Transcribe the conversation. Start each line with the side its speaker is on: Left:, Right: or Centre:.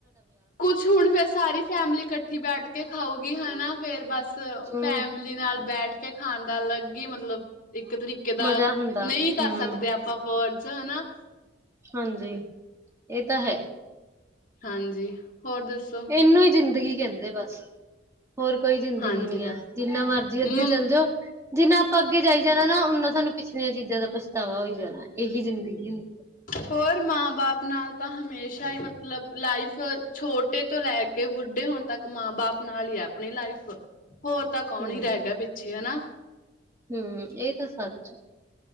Left: ਕੁਛ ਹੁਣ ਫੇਰ ਸਾਰੀ ਫੈਮਲੀ ਕੱ ਲੀ ਬੈਠ ਕੇ ਖਾਊਗੀ ਹਨਾ ਫੇਰ ਬਾਸ, ਅ
Right: ਹਮ
Left: ਫੈਮ ਨਾਲ ਬੈਠ ਕੇ ਖਾਣ ਦਾ ਅਲੱਗ ਈ' ਮਤਲਬ, ਇੱਕ ਤਰੀਕੇ ਦਾ
Right: ਮਜ਼ਾ ਹੁੰਦਾ।
Left: ਨਈ ਕਾਰ
Right: ਹਮ
Left: ਸਕਦੇ ਆਪਾਂ ਸਫਰ ਚ ਨਾ
Right: ਹਾਂਜੀ, ਇਹ ਤਾਂ ਹੈ।
Left: ਹਾਂਜੀ ਹੋਰ ਦੱਸੋ?
Right: ਇਹਨੂੰ ਹੀ ਜ਼ਿੰਦਗੀ ਕਹਿੰਦੇ ਆ ਬਸ। ਹੋਰ ਕੋਈ ਜ਼ਿੰਦਗੀ
Left: ਹਾਂਜੀ
Right: ਨਹੀਂ ਹੈ,
Left: ਬਸ
Right: ਜਿੰਨਾ ਮਰਜ਼ੀ ਅੱਗੇ
Left: ਮ
Right: ਚੱਲ ਜਾਓ। ਜਿੰਨਾ ਆਪਾਂ ਅੱਗੇ ਜਾਈ ਜਾਣਾ ਨਾ, ਉਨਾ ਸਾਨੂੰ ਪਿਛਲੀਆਂ ਚੀਜ਼ਾਂ ਦਾ ਪਛਤਾਵਾ ਹੋਈ ਜਾਣਾ। ਇਹੀ ਜ਼ਿੰਦਗੀ ਐ।
Left: ਹੋਰ ਮਾਂ ਬਾਪ ਨਾਲ ਤਾਂ ਹਮੇਸ਼ਾ ਹੀ, ਮਤਲਬ ਲਾਈਫ ਛੋਟੇ ਤੋਂ ਲੈ ਕੇ ਕੇ ਬੁੱਢੇ ਹੋਣ ਤੱਕ ਮਾਂ ਬਾਪ ਨਾਲ ਹੀ ਹੈ, ਆਪਣੀ ਲਾਈਫ। ਹੋਰ ਤੱਕ ਕੌਣ
Right: ਹੂੰ
Left: ਹੀ ਰਹਿ ਗਿਆ ਪਿੱਛੇ, ਹਨਾ।
Right: ਹੂੰ, ਇਹ ਤਾਂ ਸੱਚ।